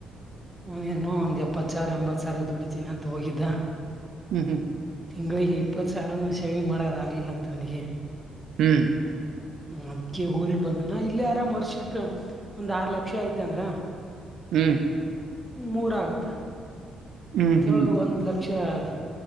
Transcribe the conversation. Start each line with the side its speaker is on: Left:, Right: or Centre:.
Centre: ಒಂದ್ ಏನೋ ಎಪ್ಪತ್ ಸಾವಿರ ಎಂಬತ್ತು ಸಾವಿರ ದುಡಿತೀನ ಅಂತ ಹೋಗಿದ್ದ
Right: ಹ್ಮ್ ಹ್ಮ್
Centre: ತಿಂಗಳಿಗೆ ಇಪ್ಪತ್ತು ಸಾವಿರನು ಶೇವಿಂಗ್ ಮಾಡೋದ ಆಗಲಿಲ್ಲ ಅಂತ ಅವನಿಗೆ
Right: ಹ್ಮ್
Centre: ಹ್ಮ ಅದಿಕ್ಕೆ ಈಗ ಊರಿಗ್ ಬಂದನ ಇಲ್ಲಿ ಆರಾಮ್ ವರ್ಷಕ್ ಒಂದ್ ಆರ್ ಲಕ್ಷ ಐತಂದ್ರ
Right: ಹ್ಮ್
Centre: ಮೂರಗುತ್ತೆ
Right: ಹ್ಮ್ ಹ್ಮ್
Centre: ಅದ್ರೊಳಗೆ
Right: ಹ್ಮ್
Centre: ಒಂದ್ ಲಕ್ಷ ಲಕ್ಷ